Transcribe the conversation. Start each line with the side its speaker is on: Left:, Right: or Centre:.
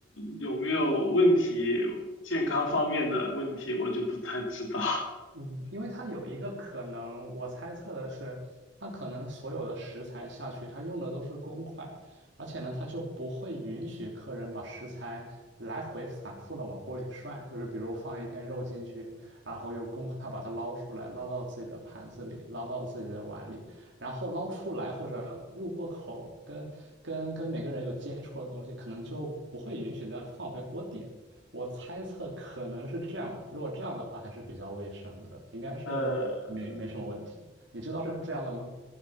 Left: 有没有问题，健康方面的问题我就不太知道。<laughs>
Right: 嗯，因为它有一个可能，我猜测的是，它可能所有的食材下去，它用的都是公筷，而且呢，它就不会允许客人把食材来回反复的往锅里涮，就是比如放一片肉进去，然后用公筷把它捞出来，捞到自己的盘子里，捞到自己的碗里，然后捞出来或者入过口，跟跟跟每个人有接触的东西，可能就不会允许再放回锅底我猜测可能是这样的，如果这样的话还是比较卫生的，应该是没没什么问题。
Left: 呃，
Right: 你知道是这样的吗？